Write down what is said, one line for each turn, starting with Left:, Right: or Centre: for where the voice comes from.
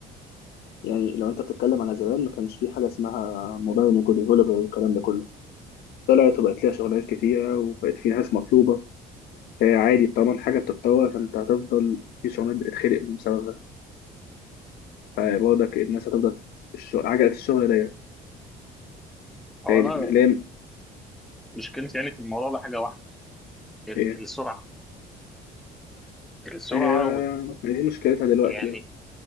Left: يعني لو أنت بتتكلم على زمان ما كانش في حاجة اسمها موبايل ديفلوبر والكلام ده كله طلعت وبقت ليها شغلانات كتيرة وبقت في ناس مطلوبة فهي عادي طالما الحاجة بتتطور فأنت هتفضل في شغلانات بتتخلق بسببها فبرضك الناس هتفضل الشغل عجلة الشغل ضيقة
Centre: هو
Left: يعني
Centre: انا
Left: يعني مش لام
Centre: مشكلتي يعني في الموضوع ده حاجة واحدة ال-
Left: إيه
Centre: السرعة السرعة
Left: آه،
Centre: وال...
Left: دي مشكلتها دلوقتي
Centre: يعني
Left: آه.